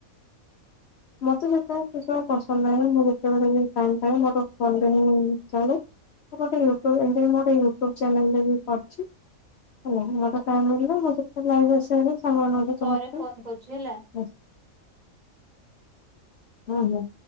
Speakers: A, on the left (about 60°); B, on the right (about 35°).
A: ମତେ ସେତ କି ପସନ୍ଦ ନାହିଁ, ମୁଁ ଯେତେବେଳେଏ ମୋର ଫନରେ ହିଁ ଚା <unintelligible> ମୁଁ ଗୋଟେ ୟୁୁବ ଏ ମୁଁ ଗଟେ ୟୁଟ୍ୟୁବ ଚ୍ୟାନେଲ ରେ ବି କରିଛି। ହୋ ମ କଏ ମିିଲ ମ ତ ଲାଇଭ ଆସାରେ <unintelligible> ଙ୍ଗ ତୁମତ
B: ପରେ ଫୋନ
A: <unintelligible>
B: କରୁଛି ହେଲା।
A: ହୁଁ ହୁଁ